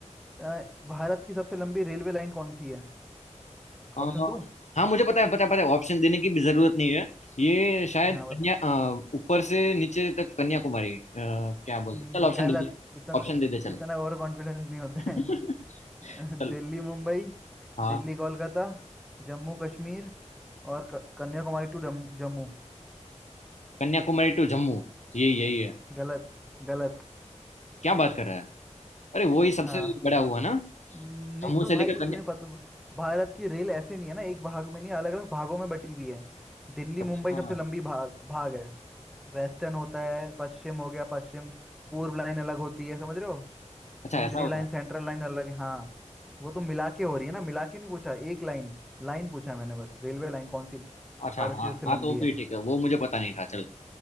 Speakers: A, in the centre; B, on the left.
A: अ, भारत की सबसे लंबी रेलवे लाइन कौन सी है
B: अ,
A: ऑप्शन दो
B: हाँ मुझे पता है पता है पता है ऑप्शन देने की भी जरूरत नहीं है ये शायद
A: हाँ बता
B: कन्या अ, ऊपर से नीचे तक कन्याकुमारी अ, क्या बोलते
A: हम्म,
B: हैं? चल ऑप्शन
A: गलत
B: दे दे
A: इतना
B: ऑप्शन दे दे चल
A: इतना ओवर कॉन्फिडेंस नहीं होते
B: <laughs>
A: हैं <laughs> अ,
B: चल
A: दिल्ली मुंबई
B: हाँ
A: दिल्ली कोलकाता जम्मू कश्मीर और क- कन्याकुमारी टू जम्मू जम्मू।
B: कन्याकुमारी टू जम्मू ये यही है
A: गलत गलत
B: क्या बात कर रहा है अरे वो ही सबसे
A: हाँ
B: बड़ा हुआ ना
A: नहीं
B: जम्मू
A: तो
B: से
A: भाई
B: लेकर
A: तुम्हें
B: कन्या
A: पता भारत की रेल ऐसे नहीं है ना एक भाग में नहीं अलग अलग भागों में बटी हुई है दिल्ली
B: अच्छा
A: मुंबई सबसे लंबी भाग भाग है वेस्टर्न होता है पश्चिम हो गया पश्चिम पूर्व लाइन अलग होती है समझ रहे हो
B: अच्छा
A: केंद्रीय
B: ऐसा होता
A: लाइन
B: है
A: सेंट्रल लाइन अलग है हाँ वो तो मिला के हो रही है ना मिला के नहीं पूछा एक लाइन लाइन पूछा मैंने बस रेलवे लाइन कौन सी
B: अच्छा
A: भारत
B: हाँ
A: की सबसे लंबी
B: हाँ तो फिर
A: है
B: ठीक है वो मुझे पता नहीं था चल